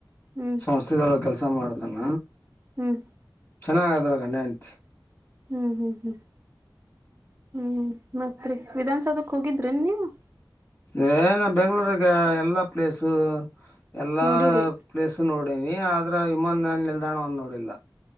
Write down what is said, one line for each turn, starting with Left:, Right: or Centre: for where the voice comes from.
Right: ಹ್ಞೂ
Left: ಸಂಸ್ಥೆದೊಳ ಕೆಲ್ಸ ಮಾಡತಾನ.
Right: ಹ್ಮ್.
Left: ಚೆನ್ನಾಗ ಅದ್ರ ಗಂಡ ಹೆಂಡ್ತಿ.
Right: ಹ್ಮ್ ಹ್ಮ್ ಹ್ಮ್ ಹ್ಮ್ ಮತ್ರಿ. ವಿಧನ್ಸೌಧಕ್ ಹೋಗಿದ್ರಿನ್ ನೀವು.
Left: ಏನ ಬೆಂಗ್ಗಳೂರಿಗ ಎಲ್ಲಾ ಪ್ಲೇಸು. ಎಲ್ಲಾ
Right: ನೋಡಿರಿ
Left: ಪ್ಲೇಸ್ ನೋಡನಿ ಆದ್ರ ಇಮಾನ್ ನಿಲ್ದಾಣ ಒಂದ್ ನೋಡಿಲ್ಲ.